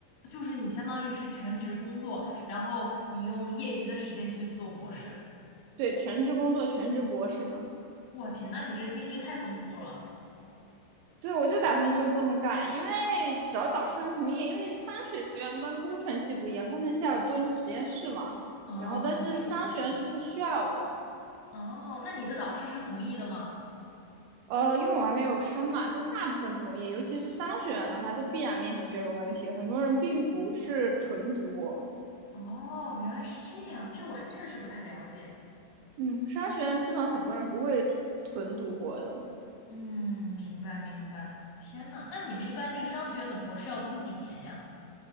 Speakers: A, on the left (about 75°); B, on the right (about 80°).
A: 就是你相当于是全职工作，然后你用业余的时间去做博士。
B: 对，全职工作，全职博士嘛。
A: 我天，那你这经历太丰富了。
B: 对，我就打算之后这么干，因为只要导师能同意，因为商学院跟工程系不一样，工程系要蹲实验室嘛，
A: 哦，
B: 然后但是商学院是不需要的。
A: 是是是，哦，那你的导师是同意的吗？
B: 呃，因为我还没有升嘛，但大部分同业，尤其是商学院的话，都必然面临这个问题。很多人并不是纯读博，
A: 哦，原来是这样，这我还确实不太了解。
B: 嗯，商学院基本很多人不会纯读博的。
A: 嗯，明白明白。天呐，那你们一般这个商学院的博士要读几年呀？